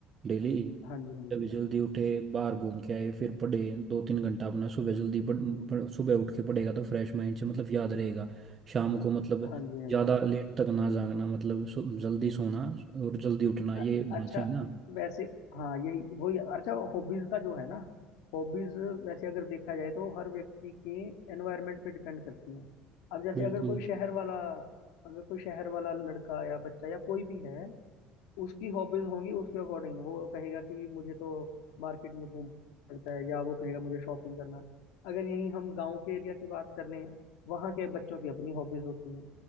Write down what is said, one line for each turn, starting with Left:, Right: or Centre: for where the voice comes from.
Right: डेली
Left: हाँ जी, हाँ
Right: सुबह
Left: जी।
Right: जल्दी उठे बाहर घूम के आए फिर पढ़े दो तीन घंटा अपना सुबह जल्दी पढ़,
Left: हुँ,
Right: पढ़, सुबह उठ के पढ़ेगा तो फ्रेश माइंड से मतलब याद रहेगा शाम को मतलब
Left: हाँ जी, हाँ
Right: ज़्यादा
Left: जी, हाँ जी।
Right: लेट तक ना जागना मतलब सो, जल्दी सोना और जल्दी उठना ये
Left: अ
Right: होना
Left: अच्छा
Right: चाहिए ना
Left: वैसे हाँ, यही वही अच्छा हॉबीज़ का जो है ना, हॉबीज़ वैसे अगर देखा जाए तो हर व्यक्ति के एनवायरनमेंट पे डिपेंड करती हैं। अब जैसे
Right: बिल्कुल
Left: अगर कोई शहर वाला अगर कोई शहर वाला लड़का या बच्चा या कोई भी है उसकी हॉबीज होंगी उसके अकॉर्डिंग वो कहेगा कि मुझे तो मार्केट में घूमना पड़ता है या वो कहेगा मुझे शॉपिंग करना अगर यहीं हम गांव के एरिया की बात कर लें वहाँ के बच्चों की अपनी हॉबीज होती हैं